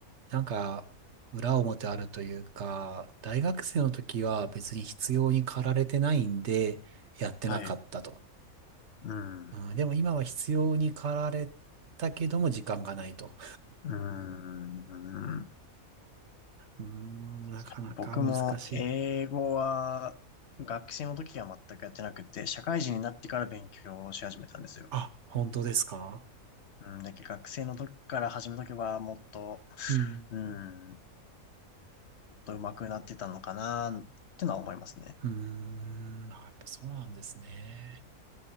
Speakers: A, on the right (about 55°); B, on the left (about 55°).
A: なんか、裏表あるというか、大学生の時は別に必要に駆られてないんで、やってなかったと。
B: はい。うん。
A: うん、
B: う
A: でも今は必要に駆られたけども時間がないと。
B: ーん。
A: うーん、なかなか難しい。
B: 僕も英語は学生の時は全くやってなくて、社会人になってから勉強し始めたんですよ。
A: あ、本当ですか
B: うん。だけど学生の時から始めとけばもっと、
A: うん。
B: うん、もっと上手くなってたのかなってのは思いますね。
A: うーん、あやっぱそうなんですね。